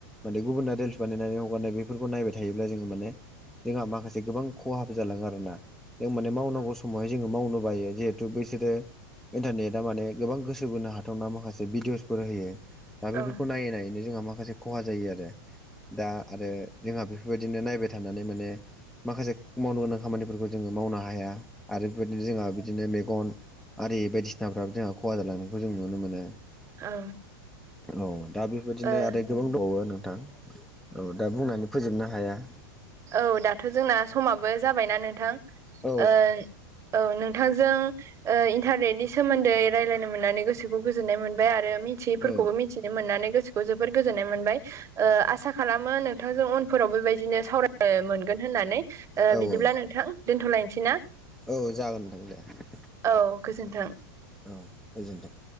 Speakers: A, in the centre; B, on the right (about 25°).
A: माने गुबुना रिल्स बानायनानै हगारनाय बेफोरखौ नायबाय थायोब्ला जोङो माने जोंहा माखासे गोबां खहाबो जालाङो आर ना। जों माने मावनांगौ समावहाय जोङो मावनो बायो जिहेथु बैसोरो इन्टारनेटआ माने गोबां गोसो बोनो हाथावना माखासे भिडिअसफोर होयो दा बेफोरखौ
B: औ
A: नायै नायैनो जोंहा माखासे खहा जायो आरो दा आरो जोंहा बेफोरबायदिनो नायबाय थानानै माने माखासे मावनो गोनां खामानिफोरखौ जोङो मावनो हाया। आरो बेबायदिनो जोंहा बिदिनो मेगन आरि बायदिसिनाफ्राबो जोंहा खहा जालांनायखौ जों नुनो मोनो।
B: औ
A: औ दा बेबायदिनो
B: ओ
A: आरो गोबां दावो नोंथां औ दा बुंनानै फोजोबनो हाया
B: औ दाथ' जोंना समाबो जाबायना नोंथां
A: औ
B: ओ औ नोंथांजों ओ इन्टारनेटनि सोमोन्दै रायलायनो मोननानै गोसोखौ गोजोननाय मोनबाय आरो मि थियै फोरखौबो
A: औ
B: मिथिनो मोननानै गोसोखौ जोबोर गोजोननाय मोनबाय ओ आसा खालामो नोंथांजों उन फोराव बेबायदिनो सावराय मोनगोन होननानै ओ
A: औ जागोन औ
B: बिदिब्ला
A: औ
B: नोंथां दोनथ'लायनोसै ना?
A: औ जागोन नोंथां दे।
B: औ गोजोन्थों।
A: औ गोजोनथों।